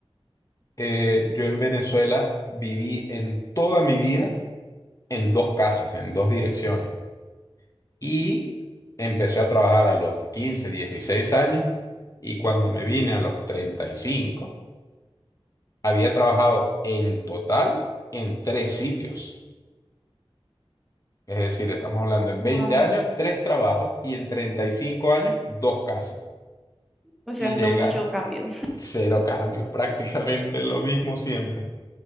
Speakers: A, on the left; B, in the centre.
A: Eh, yo en Venezuela viví en toda mi vida en dos casas, en dos direcciones. Y empecé a trabajar a los 15 16 años y cuando me vine a los 35 había trabajado en total en tres sitios. Es decir, estamos hablando en
B: Wow.
A: 20 años, tres trabajos y en 35 años, dos casos.
B: O sea,
A: Y
B: no
A: llegan
B: mucho cambio.
A: cero cambios, <laughs> prácticamente lo mismo siempre.